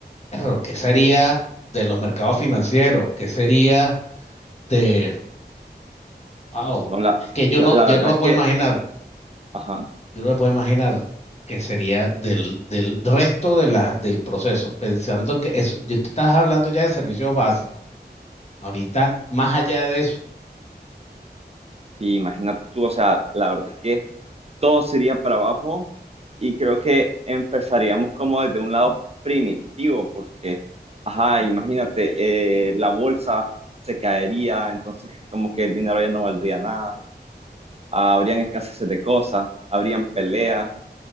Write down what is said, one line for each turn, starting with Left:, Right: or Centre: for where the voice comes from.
Left: pero ¿qué sería de los mercados financieros? ¿Qué sería de, wow,
Right: No, la,
Left: es que yo
Right: la,
Left: no,
Right: la
Left: ya
Right: verdad
Left: no me
Right: es
Left: puedo
Right: que,
Left: imaginar.
Right: ajá,
Left: Yo no me puedo imaginar que sería del, del resto de la, del proceso, pensando que eso, yo te estás hablando ya de servicios básicos. Ahorita, más allá de eso,
Right: sí, imagínate tú, o sea, la verdad es que todo sería para abajo y creo que empezaríamos como desde un lado primitivo, porque, ajá, imagínate, eh, la bolsa se caería, entonces como que el dinero ya no valdría nada, ah, habrían escasez de cosas, habrían peleas,